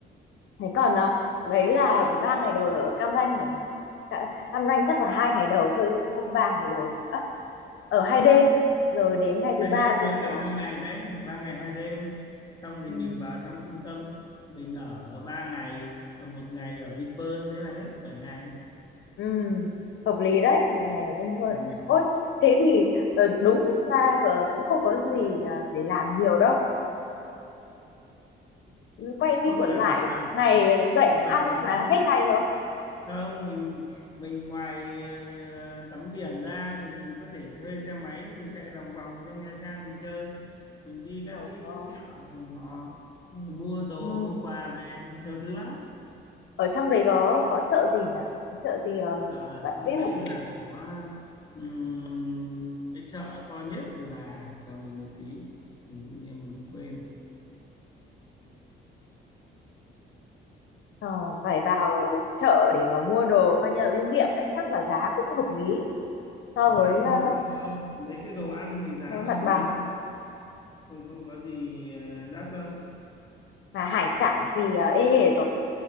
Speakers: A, on the left (about 75°); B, on the left (about 20°).
A: Thế còn à, đấy là ba ngày đầu ở Cam Ranh rồi này. Ca- Cam Ranh chắc là hai ngày đầu thôi, không ba ngày đầu. À, ở hai đêm rồi đến ngày thứ
B: hai đêm
A: ba thì
B: đấy là ba
A: à,
B: ngày đấy ba ngày hai đêm xong thì
A: ừ,
B: mình vào trong trung tâm mình ở ba ngày còn một ngày ở Vinpearl thế là hết bảy ngày
A: Ừ, hợp lý đấy, một ngày ở bên thôi.
B: ừ.
A: Ôi, thế thì ờ, đúng ra cờ- cũng không có gì à, để làm nhiều đâu. Ừ, quay
B: không
A: đi quẩn
B: phải
A: lại,
B: mình vào
A: ngày dậy
B: mình vào
A: ăn
B: trung-
A: là hết ngày rồi.
B: không mình mình ngoài ờ, tắm biển ra mình có thể thuê xe máy mình chạy lòng vòng trong Nha Trang mình chơi mình đi các
A: Trời
B: cái
A: ơi.
B: chợ của họ người mua đồ
A: Ừ.
B: mua quà về nhiều thứ lắm
A: Ở trong đấy có có chợ gì nhỉ? Có chợ gì ờ,
B: Dạ,
A: bạn
B: trong
A: biết
B: đấy
A: không?
B: là có ừm, cái chợ to nhất là chờ mình một tí mình tự nhiên mình quên Ừm,
A: Ờ, phải vào chợ để mà mua đồ coi như là lưu niệm đấy, chắc là giá cũng hợp lý so
B: giá
A: với
B: cũng
A: ờ,
B: hợp lý thôi mấy cái đồ ăn thì giá
A: với mặt
B: là hợp
A: bằng.
B: lý thôi không không có gì à, đắt đâu
A: Mà hải sản thì ờ, ê hề rồi,